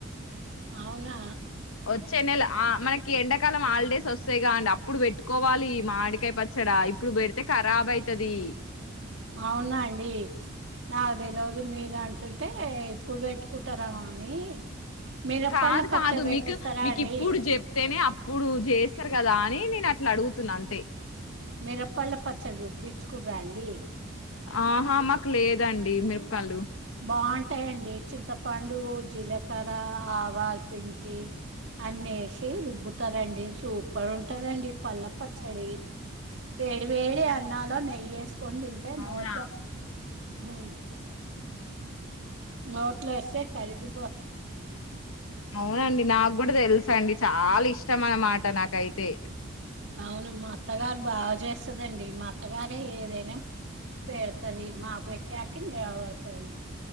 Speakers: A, on the right; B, on the left.
A: అవునా
B: వచ్చే నెల ఆ మనకి ఎండ ఎకాలం హాలిడేస్ వస్తాయిగా అండి అప్పుడు పెట్టుకోవాలి మాడికాయ పచ్చడా ఇప్పుడు పెడితే ఖరాబ్ అయితది
A: అవునా అండి నాకు తెలిదు మీరు అంటు అంటే ఇప్పుడు పెట్టుకుంటారా అని మిరపళ్ళ
B: కాదు
A: పచ్చడి
B: కాదు
A: పెట్టేస్తారా
B: మీకు మీకు
A: అండి
B: ఇప్పుడు చెప్తేనే అప్పుడు చేస్తారు కదా అని నేను అ అట్లా అడుగుతున్నా అంతే
A: <unintelligible> రుబ్బిచ్చుకుర్రా అండి
B: ఆహా మాకులే ఇదండి మిరపలు
A: బాగుంటాయండి చింతపండు జీలకర్ర ఆవాలు పింటి అన్ని వేసి రుబ్బుతారండి, సూపర్ ఉంటుందండి పళ్ల్ళ పచ్చడి వేడి వేడి అన్నాలో నే ఇయస్ పొందింటే
B: అవునా
A: నోట్ల మ్ నోట్లస్తే కడిగి
B: అవునండి నాకు కూడా తెలుస అండి చాలా ఇష్టం అన్నమాట నాకైతే
A: అవును మా అత్తగారు బాగా చేస్తదండి మ అత్తగారే ఏదైనా పెడుతుది మా బట్టాకి <unintelligible>